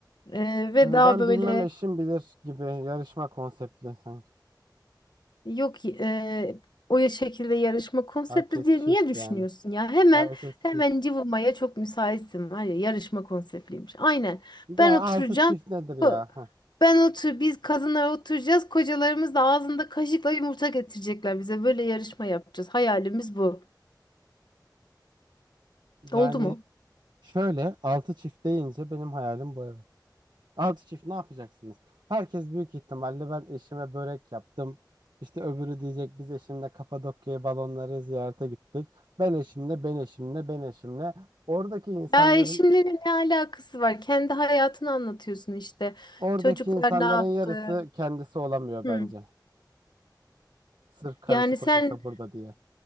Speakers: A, on the left; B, on the right.
A: Ee, ve
B: Hı,
A: daha
B: Ben
A: böyle
B: bilmem eşim bilir gibi yarışma konseptli sanki.
A: Yok e, o ya şekilde yarışma konsepti
B: Herkes
A: diye
B: çift
A: niye düşünüyorsun
B: yani.
A: ya? Hemen
B: Herkes
A: hemen
B: çift.
A: cıvımaya çok müsaitsin var ya yarışma konseptliymiş. Aynen.
B: Ya
A: Ben oturacağım.
B: altı çift nedir
A: Ko-
B: ya? Heh.
A: Ben otur biz kadınlar oturacağız. Kocalarımız da ağzında kaşıkla yumurta getirecekler bize. Böyle yarışma yapacağız. Hayalimiz bu.
B: Yani
A: Oldu mu?
B: Şöyle 6 çift deyince benim hayalim bu evet. 6 çift ne yapacaksınız? Herkes büyük ihtimalle ben eşime börek yaptım. İşte öbürü diyecek biz eşimle Kapadokya'ya balonları ziyarete gittik. Ben eşimle, ben eşimle, ben eşimle. Oradaki insanların
A: Ya eşimle ne alakası var? Kendi hayatını anlatıyorsun işte.
B: oradaki
A: Çocuklar
B: insanların
A: ne yaptı?
B: yarısı kendisi olamıyor
A: Hı.
B: bence. Sırf karısı
A: Yani
B: kocası
A: sen
B: burada diye.